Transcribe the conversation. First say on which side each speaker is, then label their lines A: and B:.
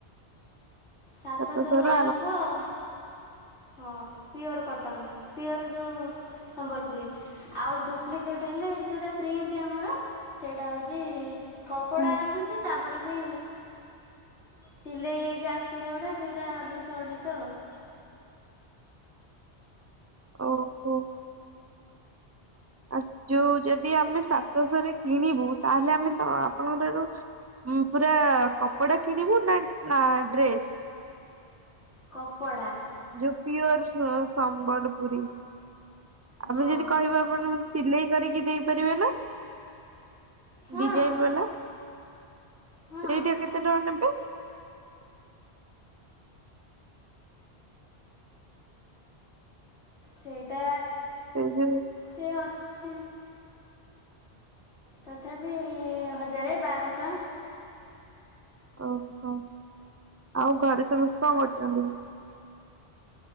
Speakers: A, on the left (about 75°); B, on the right (about 25°).
A: ସାତଶହରୁ
B: ସାତଶହ ରୁ
A: ଆରମ୍ଭ ଆଉ। ହଁ ପିଓର କଟନ ପିଓର ଯୋଉ ସମ୍ବଲପୁରୀ। ଆଉ ଡୁପ୍ଲିକେଟ ହେଲେ ଯୋଉଟା ପ୍ରିଣ୍ଟ ଆମର। ସେଇଟା ହଉଛି କପଡା
B: ହୁଁ।
A: ଆସୁଛି ତାପରେ ବି ସିଲେଇ ହେଇକି ଆସୁଛି ଯେଉୁଡ଼ା ସେଇରା ଦୁଇଶହ ଅଢେଇଶହ ଆଉ।
B: ଓହୋ। ଆ ଯୋଉ ଯଦି ଆମେ ସାତଶହ ରେ କିଣିବୁ ତାହେଲେ ଆମେ ତ ଆପଣଙ୍କଠାରୁ ପୁରା କପଡା କିଣିବୁ ନା ଡ୍ରେସ୍।
A: କପଡ଼ା।
B: ଯୋଉ ପିଓର ସମ୍ ସମ୍ବଲପୁରୀ
A: ହଁ
B: ଆମେ ଯଦି କହିବେ ଆପଣ ସିଲେଇ କରିକି ଦେଇପାରିବେ ନା।
A: ହଁ
B: ଡିଜାଇନ ବାଲା
A: ହଁ
B: ସେଇଟା କେତେ ଟଙ୍କା ନେବେ?
A: ସେଇଟା
B: ସେଇ ଯୋଉ
A: ସେ ଅଛି ତଥାପି ହଜାରେ ବାରଶହ।
B: ଓହୋ ଆଉ ଘରେ ସମସ୍ତେ କଣ କରୁଛନ୍ତି?